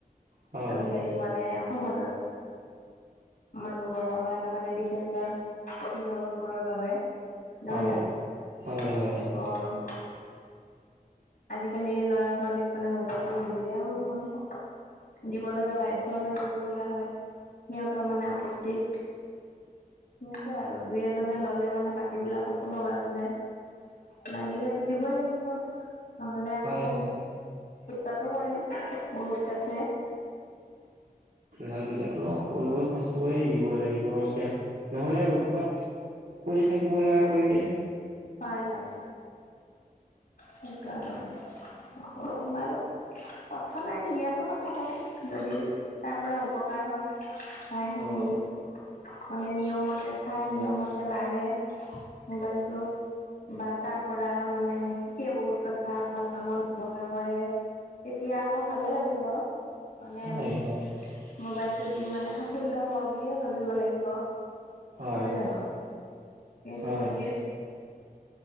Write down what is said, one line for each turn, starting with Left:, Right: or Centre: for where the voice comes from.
Right: হয়
Left: আজিকালি মানে সমাজত মানুহবোৰৰ কাৰণে মানে বিশেষ। সিহঁতৰ অভিভাৱকবোৰৰ বাবে নহয়
Right: হয়
Left: জানো
Right: হয় হয়
Left: আৰু। আজিকালি ল'ৰা-ছোৱালীক মানে মোবাইলটো নিদিলেও নহয়। দিব লগা বাধ্যয় হৈ যাব লগা হয় সিহঁতৰ মানে আপত্তিত। এনেকুৱা আৰু দুই এজনে ল'লে মানে বাকী বিলাককো লগা হৈ যায়। লাগিলেতো দিবই লাগিব। নহ'লে আকৌ
Right: হয়
Left: বহুত
Right: হয়।
Left: উৎপাতো কৰে বহুত আছে।
Right: লাগিলেতো সৰু বস্তু কৰি দিব লাগিব এতিয়া নহ'লে উৎপাত। কৰি থাকিব নোৱাৰা কৰি দিয়ে।
Left: হয়, হয় সেইটো আৰু বাৰু। কথা নাই দিয়াতো কথা নাই যদি তাৰ পৰা উপকাৰ হয়। হয়। মানে নিয়মতে চাই নিয়মতে লাৰে মোবাইলটো। বা তাৰ পৰা মানে শিকে বহুত কথা ভাল কামত ব্যৱহাৰ কৰে। তেতিয়া আকৌ ভালে লাগিব। মানে
Right: হয়
Left: আমি
Right: হয়
Left: মোবাইলটো দি মানে সাফল্য হোৱা বুলিয়ে ভাবিব লাগিব।
Right: হয়
Left: নহয় জানো কিন্তু
Right: হয়।
Left: যদি